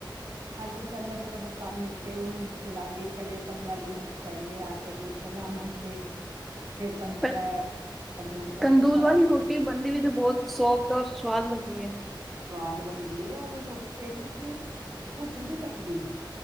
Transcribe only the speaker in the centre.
ਪਰ
ਤੰਦੂਲ
ਵਾਲੀ
ਰੋਟੀ ਬੰਦੀ ਵਿੱਚ ਬਹੁਤ ਸੋਫਟ ਔਰ ਸਵਾਦ ਬਣਦੀ ਹੈ